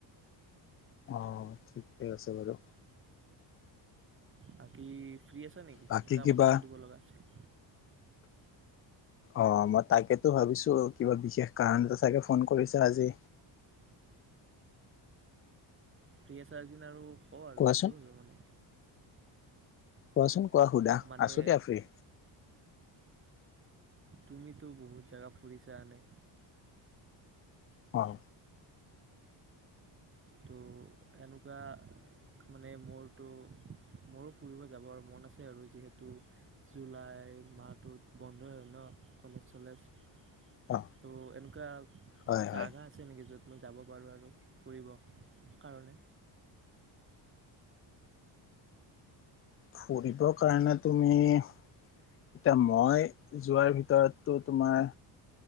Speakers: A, on the left; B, on the right.
A: অঁ ঠিকে আছে বাৰু
B: বাকী ফ্ৰী আছে নেকি
A: বাকী
B: এটা
A: কিবা
B: কথা সুধিব লগা আছে
A: অ মই তাকেতো ভাবিছো কিবা বিশেষ কাৰণতে চাগে ফোন কৰিছা আজি
B: প্ৰিয়া চাৰ্জিন আৰু ক'ব আৰু
A: কোৱাচোন
B: সুধো নিব মানে
A: কোৱাচোন কোৱা সুধা
B: মানে
A: আছো দিয়া ফ্ৰী
B: তুমিতো বহুত জাগা ফুৰিছা আনে
A: হয়
B: ত' এনেকুৱা মানে মোৰতো মোৰো ফুৰিব যাবৰ মন আছে আৰু যিহেতু জুলাই মাহটোত বন্ধই হয় ন কলেজ চলেজ ত'
A: অ
B: এনেকুৱা
A: হয়
B: জাগা
A: হয়
B: আছে নেকি য'ত মই যাব পাৰোঁ আৰু ফুৰিব। কাৰণে।
A: ফুৰিব কাৰণে তুমি এতিয়া মই যোৱাৰ ভিতৰতটো তোমাৰ